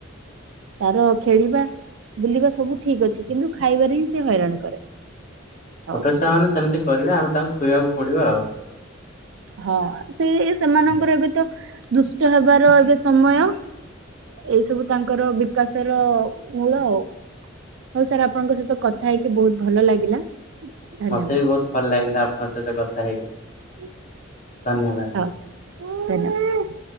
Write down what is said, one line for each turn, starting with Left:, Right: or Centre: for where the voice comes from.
Right: ତାର ଖେଳିବା ବୁଲିବା ସବୁ ଠିକ ଅଛି କିନ୍ତୁ ଖାଇବାରେ ହିଁ ସେ ହଇରାଣ କରେ। ହଉ
Left: ଛୋଟ ଛୁଆ ମାନେ ସେମିତିିବେ ଆମେ ତାଙ୍କୁ ଖୁଇବାକୁ ପଡିବା ଆଉ।
Right: ହଁ ସେ ସେମାନଙ୍କର ଏବେ ତ ଦୁଷ୍ଟ ହେବାର ଏବେ ସମୟ। ଏଇ ସବୁ ତାଙ୍କର ବିକାଶ ର ମୂଳ ଆଉ। ହଉ ସାର୍ ଆପଣଙ୍କ ସହିତ କଥା ହେଇକି ବହୁତ ଭଲ ଲାଗିଲା। ଧନ୍ୟବାଦ
Left: ମତେ ବି ବହୁତ ଭଲ ଲାଗନି ଆପଣଙ୍କ ସହିତ କଥା ହେଇକରି।
Right: ହୁଁ
Left: ଧନ୍ୟବାଦ
Right: ହଁ